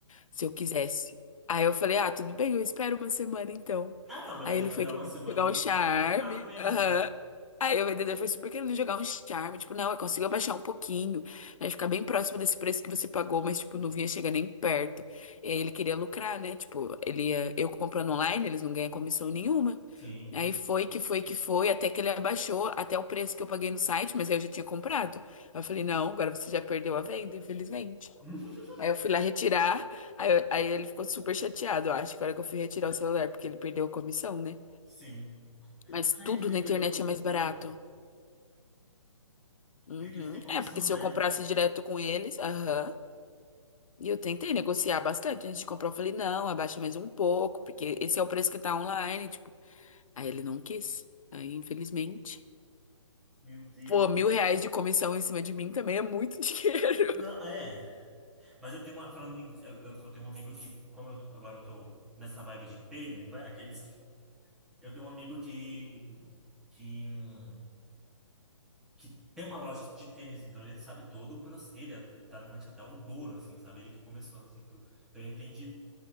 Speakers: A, on the left; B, in the centre.
A: se eu quisesse. Aí eu falei, ah, tudo bem, eu espero uma semana então.
B: Ah, não, melhor
A: Aí ele
B: esperar
A: foi querendo
B: uma semana
A: jogar
B: do
A: um
B: que
A: charme.
B: pagar a facada deles,
A: aham.
B: né?
A: Aí o vendedor foi super querendo jogar um charme. Tipo, não, eu consigo abaixar um pouquinho, né? Ficar bem próximo desse preço que você pagou, mas, tipo, não vinha chegar nem perto. E aí ele queria lucrar, né? Tipo, ele ia- eu comprando online, eles não ganham comissão nenhuma.
B: Sim.
A: Aí foi que foi que foi, até que ele abaixou até o preço que eu paguei no site, mas aí eu já tinha comprado. Aí eu falei, não, agora você já perdeu a venda, infelizmente.
B: <laughs>
A: Aí eu fui lá retirar, aí, eu- aí ele ficou super chateado, eu acho, que a hora que eu fui retirar o celular, porque ele perdeu a comissão, né?
B: Sim.
A: Mas tudo
B: Ah, é que ele
A: na
B: perdeu
A: internet
B: a comissão.
A: é mais barato. Uhum.
B: É que eles têm comissão,
A: É, porque se
B: né?
A: eu comprasse direto com eles, aham. E eu tentei negociar bastante antes de comprar, eu falei, não, abaixa mais um pouco, porque esse é o preço que tá online, tipo. Aí ele não quis. Aí, infelizmente.
B: Meu Deus.
A: Pô, mil
B: é.
A: reais de comissão em cima de mim também é muito <laughs> dinheiro.
B: Não, é. Mas eu tenho uma, falando em, eu, eu, que eu tenho um amigo que, como eu, agora eu tô nessa vibe de tênis, né? Aqueles, eu tenho um amigo que, que, hum, que tem uma loja de tênis, então ele sabe todo o processo, ele é teoricamente até o dono, assim, sabe? Ele que começou, assim, tudo. Então ele entende,